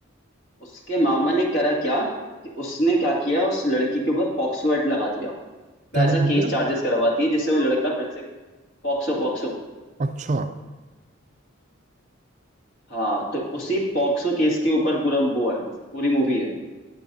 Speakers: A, on the left; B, on the right.
A: उसके मामा ने करा क्या कि उसने क्या किया उस लड़की के ऊपर पॉक्सो एक्ट लगा दिया
B: क्या
A: ऐसा
B: लगा
A: केस
B: दिया
A: चार्जेस करवाती है जिससे वो लड़का फिर से POCSO POCSO
B: अच्छा
A: हाँ तो उसी पॉक्सो केस के ऊपर पूरा वो है मतलब पूरी मूवी है